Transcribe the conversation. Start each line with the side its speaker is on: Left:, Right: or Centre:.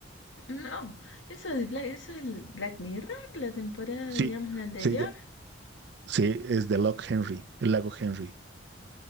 Left: No, eso es Black, eso es el Black Mirror, la temporada,
Right: Sí,
Left: digamos, la anterior.
Right: sí, ya- sí, es de Lock Henry, el lago Henry.